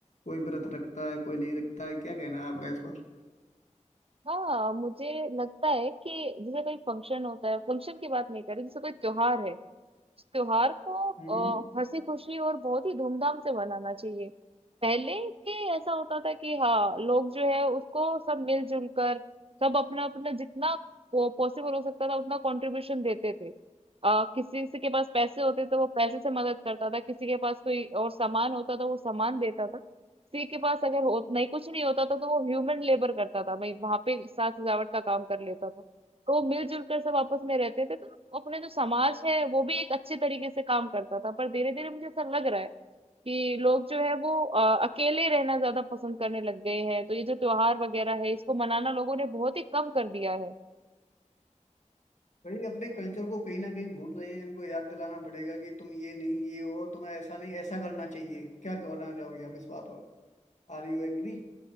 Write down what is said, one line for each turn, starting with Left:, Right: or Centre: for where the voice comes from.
Left: कोई व्रत रखता है कोई नहीं रखता है क्या कहना है आपका इस पर
Right: हाँ, मुझे लगता है कि जैसे कोई फंक्शन होता है फंक्शन की बात नहीं कर रही जैसे कोई त्योहार है उस त्योहार को अ,
Left: हम्म
Right: हँसी-खुशी और बहुत ही धूमधाम से मनाना चाहिए। पहले के ऐसा होता था कि हाँ, लोग जो है उसको सब मिल-जुल कर, सब अपना-अपना जितना पो पॉसिबल हो सकता था उतना कॉन्ट्रिब्यूशन देते थे। अ, किसी से के पास पैसे होते थे वो पैसे से मदद करता था, किसी के पास कोई और सामान होता था वो सामान देता था। किसी के पास अगर हो नहीं कुछ नहीं होता था तो वो ह्यूमन लेबर करता था, भई वहाँ पे साज-सजावट का काम कर लेता था। तो मिलजुल कर सब आपस में रहते थे तो अपने जो समाज है वो भी एक अच्छे तरीके से काम करता था पर धीरे धीरे मुझे ऐसा लग रहा है कि लोग जो है वो अ, अकेले रहना ज्यादा पसंद करने लग गए हैं तो ये जो त्योहार वगैरह है इसको मनाना लोगों ने बहुत ही कम कर दिया है
Left: भाई अपने कल्चर को कहीं ना कहीं भूल रही है इनको याद दिलाना पड़ेगा कि तुम ये नहीं ये हो तुम्हें ऐसा नहीं ऐसा करना चाहिए क्या कहना चाहोगी आप इस बात पर Are you agree